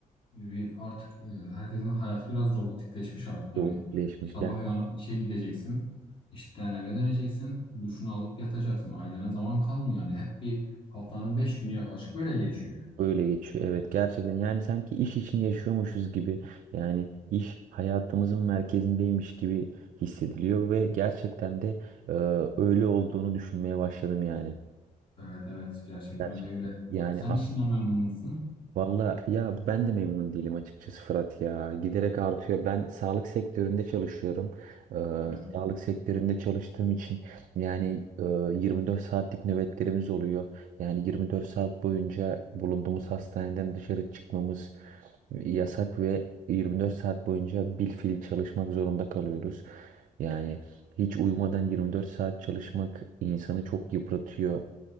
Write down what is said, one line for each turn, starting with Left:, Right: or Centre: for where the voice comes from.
Left: bir artık e, herkesin hayatı biraz robotikleşmiş artık. Yani
Right: Doğru birleşmiş
Left: sabah uyanıp işe gideceksin, işten eve döneceksin, duşunu alıp yatacaksın. Ailene zaman kalmıyor yani. Hep bir haftanın beş günü yaklaşık böyle geçiyor.
Right: Öyle geçiyor evet gerçekten yani sanki iş için yaşıyormuşuz gibi yani iş hayatımızın merkezindeymiş gibi hissediliyor ve gerçekten de e, öyle olduğunu düşünmeye başladım yani.
Left: Evet evet gerçekten
Right: Gerçekten
Left: de öyle.
Right: yani
Left: Sen işinden memnun musun?
Right: Valla ya ben de memnun değilim açıkçası Fırat ya. Giderek artıyor. Ben sağlık sektöründe çalışıyorum. Ee,
Left: Evet.
Right: sağlık sektöründe çalıştığım için yani e, 24 saatlik nöbetlerimiz oluyor. Yani 24 saat boyunca bulunduğumuz hastaneden dışarı çıkmamız yasak ve 24 saat boyunca bilfiil çalışmak zorunda kalıyoruz. Yani hiç uyumadan 24 saat çalışmak insanı çok yıpratıyor.